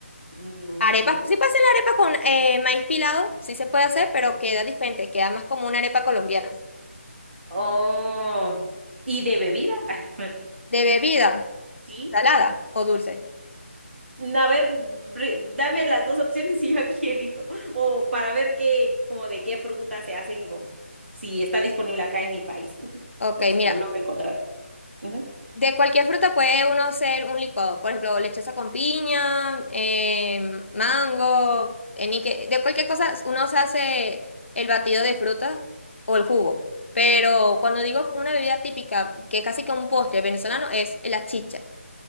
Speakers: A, on the right; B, on the left.
A: No
B: arepas.
A: sé.
B: Sí, puedes hacer la arepa con eh, maíz pilado, sí se puede hacer, pero queda diferente, queda más como una arepa colombiana.
A: Oh, ¿y de bebida? <laughs>
B: De bebida,
A: Sí.
B: salada o dulce.
A: A ver, bre- dame las dos opciones y yo aquí elijo. O para ver qué, como de qué fruta se hacen con, si está disponible acá en mi país, <laughs>
B: Ok,
A: por si
B: mira.
A: lo logro encontrar. Ujú.
B: De cualquier fruta puede uno hacer un licuado, por ejemplo, lechosa con piña, em, mango, enique, de cualquier cosa uno se hace el batido de fruta o el jugo. Pero cuando digo una bebida típica, que es casi que un postre venezolano, es la chicha,